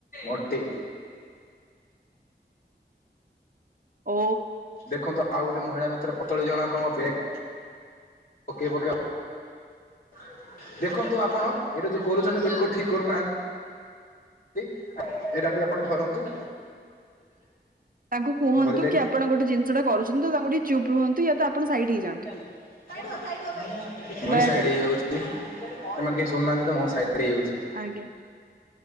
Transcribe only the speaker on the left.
ମୋଟି।
ଦେଖନ୍ତୁ ଆଉ ଗୋଟେ ମହିଳା ମିତ୍ର ପତଳି ଜଣକ ମୋ ବ୍ୟାଗ୍ ପକେଇ ପକେଇକା ଦେଖନ୍ତୁ ଆପଣ ଏଇଟା ଯୋଉ କରୁଚନ୍ତି ବିଲକୁଲ ଠିକ୍ କରୁନାହାଁ ନ୍ତି। ଏଇଟା ବି ଆପଣ ଧରନ୍ତୁ।
ଧରିଲେନି
ମୁଁଇ ଚାଲିଲ, ସାଇଡ ହୁଅ ସାଇଡ ମୁଁ, ମୁଁଇ
ସାଇଡ ହେଇଯାଉଛି, ତମେମାନେ କେହି ସୁ- କରୁନାହାନ୍ତି ତ ମୁଁ ସାଇଡ ହେଇଯାଉଛି।